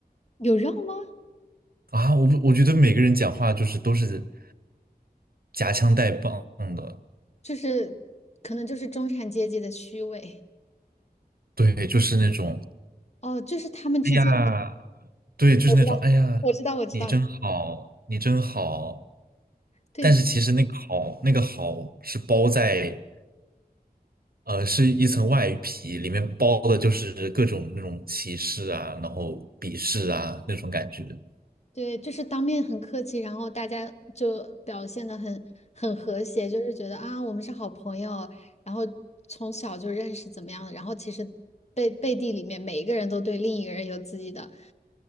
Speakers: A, on the left; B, on the right.
A: 有让吗？
B: 啊！我不我觉得每个人讲话就是都是夹枪带棒的，
A: 就是可能就是中产阶级的虚伪
B: 对，就是那种，
A: 哦，就是他们之间，
B: 哎呀。对，就是那种，
A: 我知道，
B: 哎呀，
A: 我知道，我知道，
B: 你真好，你真好。
A: 对，
B: 但是其实那个好，
A: 就
B: 那个好是包在，呃，是一层外皮，里面包的就是各种那种歧视啊，然后鄙视啊那种感觉。
A: 对，就是当面很客气，然后大家就表现的很很和谐，就是觉得啊，我们是好朋友，然后从小就认识怎么样的，然后其实背背地里面每一个人都对另一个人有自己的